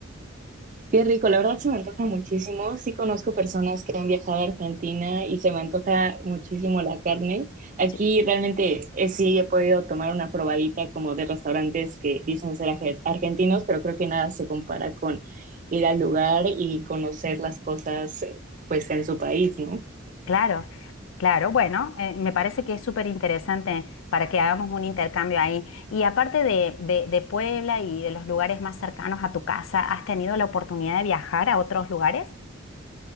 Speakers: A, on the right; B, on the left.
A: Qué rico, la verdad se me antoja muchísimo. Sí conozco personas que han viajado a Argentina y se me antoja muchísimo la carne. Aquí
B: <laughs>
A: realmente eh, sí he podido tomar una probadita como de restaurantes que dicen ser arge- argentinos, pero creo que nada se compara con ir al lugar y conocer las cosas eh, pues en su país, ¿no?
B: Claro, claro. Bueno, eh, me parece que es súper interesante para que hagamos un intercambio ahí. Y aparte de, de- de Puebla y de los lugares más cercanos a tu casa, ¿has tenido la oportunidad de viajar a otros lugares?